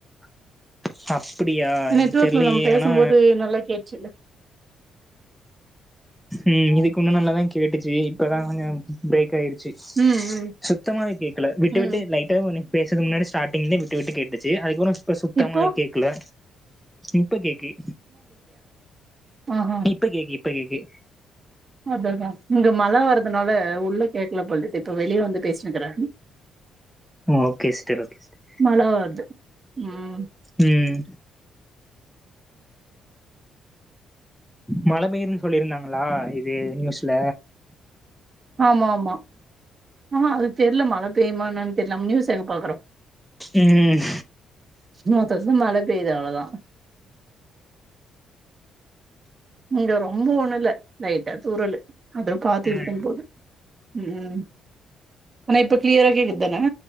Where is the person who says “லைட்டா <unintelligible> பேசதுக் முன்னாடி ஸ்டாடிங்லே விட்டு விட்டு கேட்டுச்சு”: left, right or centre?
Centre